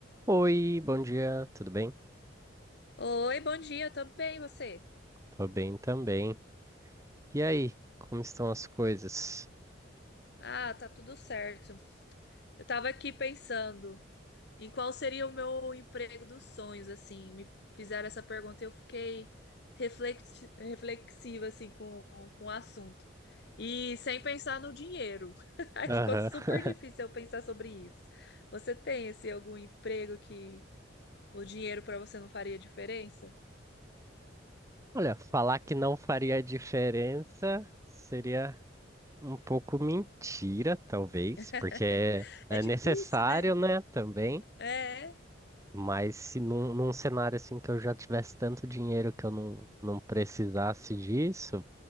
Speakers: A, on the right (about 15°); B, on the left (about 60°).
A: Oi, bom dia, tudo bem?
B: Oi, bom dia, eu bem, e você?
A: Tô bem também. E aí, como estão as coisas?
B: Ah, tá tudo certo. Eu tava aqui pensando em qual seria o meu emprego dos sonhos, assim, me fizeram essa pergunta e eu fiquei reflexi- reflexiva, assim, com, com o assunto. E sem pensar no dinheiro. <laughs> Aí
A: Aham.
B: ficou super
A: <laughs>
B: difícil eu pensar sobre isso. Você tem, assim, algum emprego que o dinheiro para você não faria diferença?
A: Olha, falar que não faria diferença seria um pouco mentira, talvez,
B: <laughs>
A: porque é é
B: É difícil,
A: necessário,
B: né?
A: né, também.
B: É.
A: Mas se num, num cenário assim que eu já tivesse tanto dinheiro que eu não, não precisasse disso,